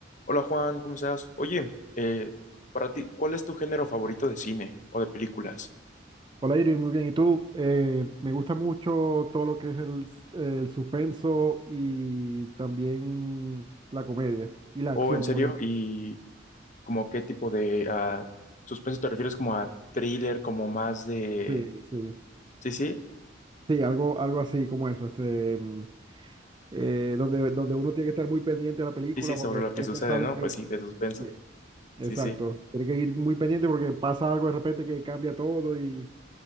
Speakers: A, on the left (about 40°); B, on the right (about 25°).
A: Hola Juan, ¿cómo estás? Oye, eh, para ti, ¿cuál es tu género favorito de cine o de películas?
B: Hola Irving, muy bien. ¿Y tú? Eh, me gusta mucho todo lo que es el, s- el suspenso y también la comedia y la acción,
A: O en serio,
B: obviamente.
A: ¿y como qué tipo de ah, suspenso te refieres? ¿Como a thriller, como más de...
B: Sí, sí.
A: Sí, sí,
B: Sí, algo, algo así como eso, este, mm, eh, donde, donde uno tiene que estar muy pendiente de la película
A: sí, sí, sobre
B: porque de
A: lo
B: repente
A: que sucede,
B: sale...
A: ¿no? Pues sí, de suspenso,
B: Sí, Exacto.
A: sí, sí.
B: Tiene que ir muy pendiente porque pasa algo de repente que cambia todo y,